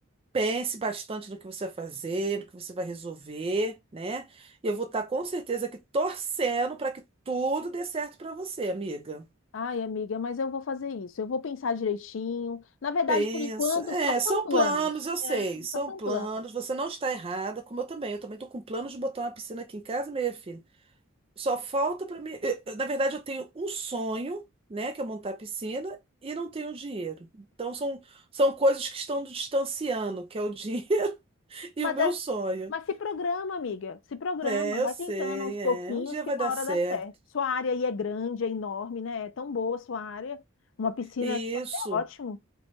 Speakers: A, on the right (about 30°); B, on the left (about 65°).
A: pense bastante no que você vai fazer, no que você vai resolver, né? E eu vou estar com certeza aqui torcendo para que tudo dê certo para você, amiga.
B: Ai, amiga, mas eu vou fazer isso. Eu vou pensar direitinho. Na verdade,
A: Pensa.
B: por enquanto,
A: É,
B: só são
A: são
B: planos.
A: planos, eu sei,
B: É,
A: são
B: só são
A: planos.
B: planos.
A: Você não está errada, como eu também. Eu também estou com planos de botar uma piscina aqui em casa, minha filha. Só falta para mim. eu- eu- na verdade, eu tenho um sonho, né, que é montar a piscina, e não tenho dinheiro. Então, são, são coisas que estão nos distanciando, que é o dinheiro <laughs> e
B: Mas,
A: o meu
B: é-
A: sonho.
B: mas se programa, amiga. Se programa.
A: É, eu
B: Vai
A: sei,
B: tentando aos pouquinhos
A: é. Um dia
B: que
A: vai
B: uma
A: dar
B: hora
A: certo.
B: dá certo. Sua área aí é grande, é enorme, né? É tão boa a sua área. Uma piscina
A: Isso.
B: aí é até ótimo.